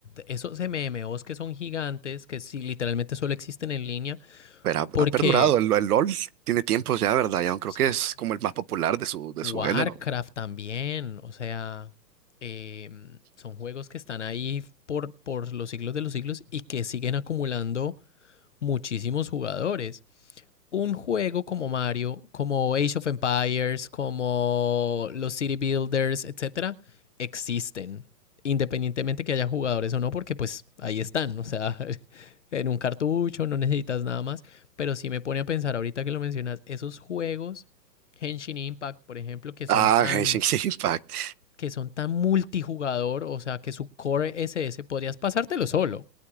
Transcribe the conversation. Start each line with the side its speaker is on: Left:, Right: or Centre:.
Left: Esos MMOs que son gigantes, que sí, literalmente solo existen en línea,
Right: Pero ha,
Left: porque
Right: ha perdurado, el, el LOL tiene tiempos ya, ¿verdad? Ya creo
Left: Sí.
Right: que es como el más popular de su, de
Left: Warcraft
Right: su género.
Left: también, o sea, em, son juegos que están ahí por, por los siglos de los siglos y que siguen acumulando muchísimos jugadores un juego como Mario, como Age of Empires, como los City Builders, etcétera, existen. Independientemente que haya jugadores o no, porque pues ahí están, o sea, <laughs> en un cartucho, no necesitas nada más. Pero sí me pone a pensar ahorita que lo mencionas, esos juegos, Henshin Impact, por ejemplo, que son
Right: Ah,
Left: tan
Right: <laughs> Genshin Impact.
Left: que son tan multijugador, o sea que su core SS podrías pasártelo solo,